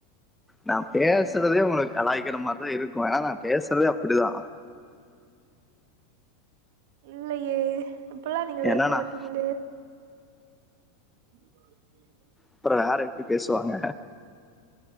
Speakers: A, in the centre; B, on the right (about 60°).
A: நா பேசுறதே உங்களுக்கு கலாய்க்கிற மாதிரிதா இருக்கு ஏனா நா பேசுறதே அப்டிதா
B: இல்லயே இப்டிலா நீங்க பேச
A: ஏன்னா
B: மாட்டீங்களே
A: நான்
B: இந்து காலத்துக்கு ஏமல்
A: அப்புறோ வேற எப்டி பேசுவாங்க